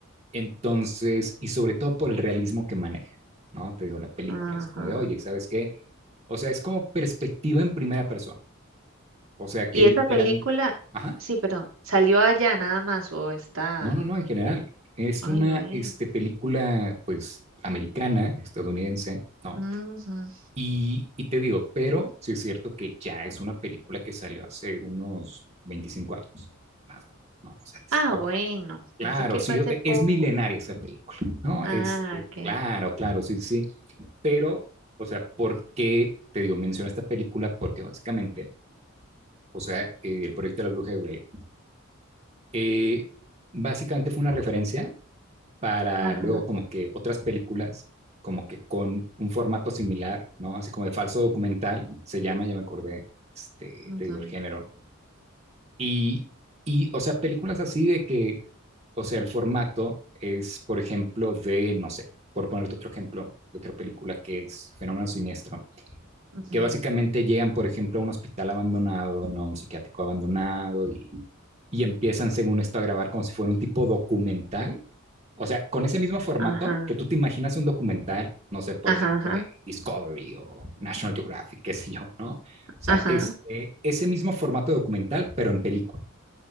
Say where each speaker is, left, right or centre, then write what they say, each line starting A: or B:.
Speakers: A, on the right; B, on the right.
A: entonces, y sobre todo por el realismo que maneja, ¿no? Te digo, la película,
B: Ajá.
A: así como de, oye, ¿sabes qué? O sea, es como perspectiva en primera persona, o sea,
B: Y
A: que literal,
B: esa película,
A: ajá,
B: sí, perdón, ¿salió allá nada más o está?
A: no, no, no, en general, es
B: Ay,
A: una
B: oí.
A: este, película, pues, americana, estadounidense, ¿no?
B: Ujú.
A: Y, y te digo, pero sí es cierto que ya es una película que salió hace unos 25 años, más o menos, ¿no? O sea, te
B: Ah,
A: estoy hab-
B: bueno,
A: Claro,
B: pensé que
A: sí,
B: fue hace
A: e-
B: poco.
A: es milenaria esa película, ¿no?
B: Ah,
A: Este,
B: ok.
A: claro, claro, sí, sí. sí, Pero, o sea, ¿por qué te digo, menciono esta película? Porque básicamente, o sea, eh, el proyecto de la Bruja de Blair, eh, básicamente fue una referencia para
B: Ajá,
A: luego como que otras películas, como que con un formato similar, ¿no? Así como de falso documental, se llama, ya me acordé, este,
B: ujú,
A: te digo el género. Y, y, o sea, películas así de que, o sea, el formato es, por ejemplo, de, no sé, por ponerte otro ejemplo, de otra película que es Fenómeno Siniestro,
B: ujú,
A: que básicamente llegan, por ejemplo, a un hospital abandonado, ¿no? Un psiquiátrico abandonado y, y empiezan, según esto, a grabar como si fuera un tipo documental o sea, con ese mismo formato
B: Ajá,
A: que tú te imaginas un documental, no sé, por
B: ajá,
A: ejemplo,
B: ajá,
A: en Discovery o National Geographic, qué sé yo, ¿no? O sea,
B: ajá.
A: este, ese mismo formato documental, pero en película.